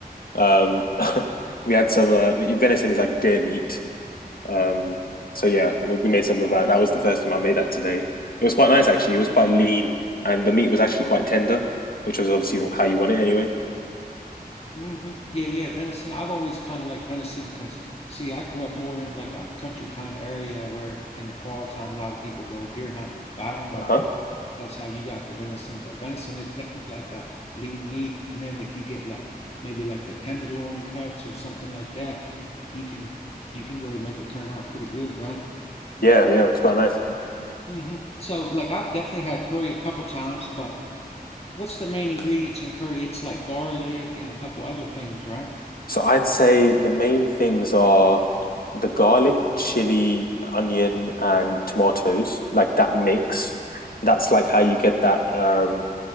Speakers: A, on the left (about 65°); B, on the left (about 40°).
A: Um, <laughs> we had some uh, venison is like deer meat. Um, so yeah, we we made some of that. That was the first time I made that today. It was quite nice actually. It was quite lean, and the meat was actually quite tender, which was obviously how you want it anyway.
B: hmm Yeah, yeah, venison. I've always kind of liked venison because, see, I grew up more in like a country kind of area where in the fall time a lot of people go deer hunting. I don't know
A: Uh-huh.
B: if that's that's how you got the venison, but venison is definitely like a lean meat. And then if you get like maybe like the tenderloin cuts or something like that, you can you can really make it turn out pretty good, right?
A: Yeah, yeah, it was quite nice.
B: hmm So like I've definitely had curry a couple times, but what's the main ingredients in curry? It's like garlic and a couple other things, right?
A: So I'd say the main things are the garlic, chili, onion, and tomatoes, like that mix. That's like how you get that. Um,